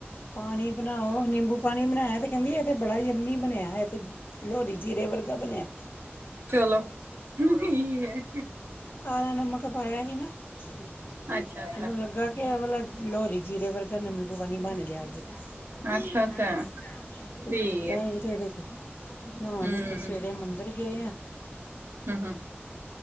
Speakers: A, on the left; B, on the right.
A: ਪਾਣੀ ਬਣਾਓ, ਨਿੰਬੂ ਪਾਣੀ ਬਣਾਇਆ ਤੇ ਕਹਿੰਦੀ, ਇਹ ਤੇ ਬੜਾ ਹੀ ਯੰਮੀ ਬਣਿਆ, ਇਹ ਤੇ ਲੋਹਰੀ ਜੀਰੇ ਵਰਗਾ ਬਣਿਆ।
B: ਚਲੋ, ਹੀ-ਹੀ
A: ਕਾਲਾ ਨਮਕ ਪਾਇਆ ਹੀ ਨਾ। ਇਹਨੂੰ
B: ਅੱਛਾ ਅੱਛਾ
A: ਲੱਗਾ ਕਿ, ਏਹ ਵਾਲਾ ਲੋਹਰੀ ਜੀਰੇ ਵਰਗਾ। ਨਿੰਬੂ ਪਾਣੀ ਬਣ ਗਿਆ ਅੱਜ <unintelligible> ਅਤੇ
B: ਅੱਛਾ ਅੱਛਾ ਠੀਕ
A: ਪੀਤਾ,
B: ਹੈ
A: ਉਹ ਤੇ ਉਹਦੇ। ਨਹਾ,
B: ਹਮ
A: ਨੁਕੇ ਕੇ ਸਵੇਰੇ ਮੰਦਰ ਗੇ ਆਂ।
B: ਹਮ ਹਮ